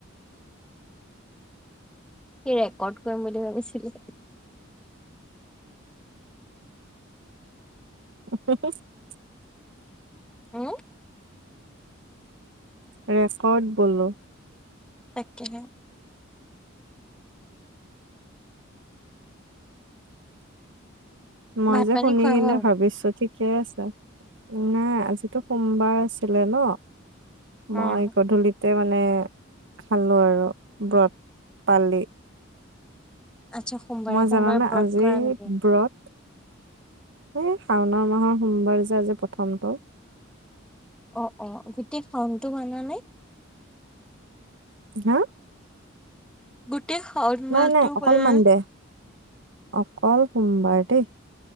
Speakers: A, in the centre; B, on the right.
A: সি ৰেকৰ্ড কৰিম বুলি ভাবিছিলো।
B: <unintelligible>
A: হুম?
B: ৰেকৰ্ড বোলো।
A: তাকেহে।
B: মই
A: ভাত
B: যে
A: পানী
B: শুনি
A: খোৱা
B: কিনে
A: হ'ল?
B: ভাবিছো ঠিক ঠিকে আছে, মানে আজিতো সোমবাৰ আছিলে ন।
A: উম,
B: মই গধূলিতে মানে, খালোঁ আৰু ব্ৰত পালি
A: আচ্ছা। সোমবাৰে
B: মই
A: সোমবাৰে
B: জানানে
A: ব্ৰত
B: আজিৰ
A: কৰা নেকি?
B: ব্ৰত এই শাওণৰ মাহৰ সোমবাৰ যে আজি প্ৰথমটো
A: অ অ গোটেই শাওনটো মানা নে
B: হা
A: গোটেই শাওণ
B: নাই
A: মাহটো
B: নাই অকল
A: মানে
B: মনদে অকল সোমবাৰ দেই